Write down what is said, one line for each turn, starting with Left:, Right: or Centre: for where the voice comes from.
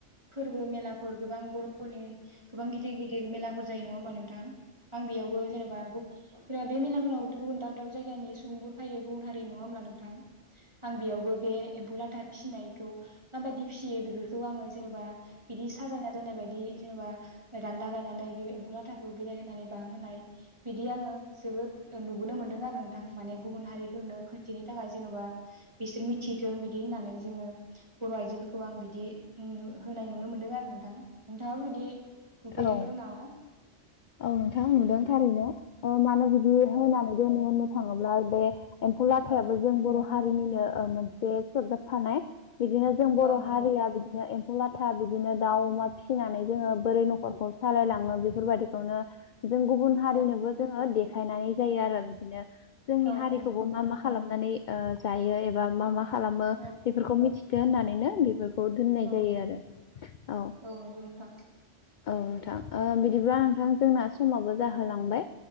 Right: फोरबो मेलाफोर गोबां बर' फोरनि गोबां गिदिर गिदिर मेलाफोर जायो नङा होमबा नोंथां आं बेयावबो जेनेबा बे मेलाफोराव गुबुन दाब दाब जायगानि सुबुंफोर फायो गुबुन हारि नङा होनब्ला नोंथां? आं बेयावबो बे एम्फौ लाथा फिसिनायखौ माबायदि फिसियो बेफोरखौ आङो जेनेबा बिदि साजायना दोननाय बायदि जेनेबा दान्दा गायनानै बेयाव एम्फौ लाथाखौ बिरायाय होनानै बाहोनाय बिदि आङो जोबोद नुबोनो मोनदों आरो नोंथां माने गुबुन हारिफोरनो खोनथिनो थाखाय जेन'बा बिसोर मिथिथों बिदि होननानै जोङो बर' आइजोफोरखौ आं बिदि होनाय नुनो मोनदों आरो नोंथाङाबो बिदि नुफेरदोंमोन
Left: औ
Right: नामा?
Left: औ नोंथां नुदों
Right: औ
Left: थारैनो माने <unintelligible>
Right: औ
Left: होनानै बुङो होननो थाङोब्ला बे एम्फौ लाथायाबो
Right: औ
Left: जों बर' जोंनिनो मोनसे सरजाबफानाय बिदिनो जों बर'
Right: औ नंगौ
Left: हारिया बिदिनो लाथा बिदिनो दाउ अमा फिसिनानै जोङो बोरै न'खरखौ सालायलाङो बेफोरबायदि <unintelligible> जों गुबुन हारिनोबो
Right: औ
Left: जोङो दे खायनाय जायो आरो बिदिनो जोंनि
Right: औ
Left: हारिखौबो
Right: औ नंगौ
Left: मा मा खालामनानै ओ जायो एबा मा मा खालामो
Right: औ
Left: बेफोरखौ मिथि होननानैनो बे खौ दोननाय
Right: औ
Left: जायो आरो औ।
Right: नंगौ नोंथां
Left: औ नोंथां बिदिब्ला जोंना समाबो जाहोलांबाय